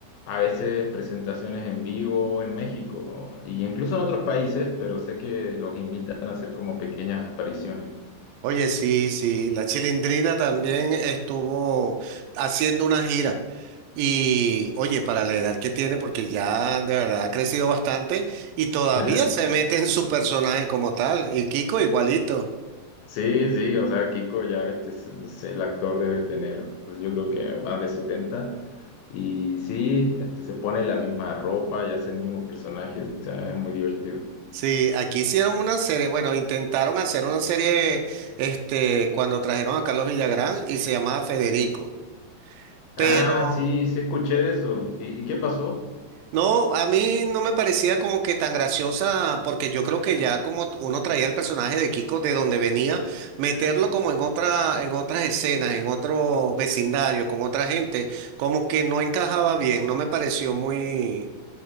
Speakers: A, on the left; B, on the right.
A: a veces presentaciones en vivo en México y incluso en otros países, pero sé que los invitan a hacer como pequeñas apariciones.
B: Oye, sí, sí, la Chilindrina también estuvo haciendo una gira y, oye, para la edad que tiene, porque ya de verdad ha crecido bastante y todavía
A: <laughs>
B: se mete en su personaje como tal, y Kiko igualito.
A: Sí, sí, o sea, Kiko ya, este, es- es el actor debe tener, pues yo creo que más de setenta Y sí, este, se pone la misma ropa y hace el mismo personaje, o sea, es muy divertido.
B: Sí, aquí hicieron una serie, bueno, intentaron hacer una serie, este, cuando trajeron a Carlos Villagrán y se llamaba Federico, pero
A: Ah, sí, sí escuché de eso. ¿Y, y qué pasó?
B: No, a mí no me parecía como que tan graciosa, porque yo creo que ya como t- uno traía el personaje de Kiko de donde venía, meterlo como en otra, en otras escenas, en otro vecindario, con otra gente, como que no encajaba bien, no me pareció muy,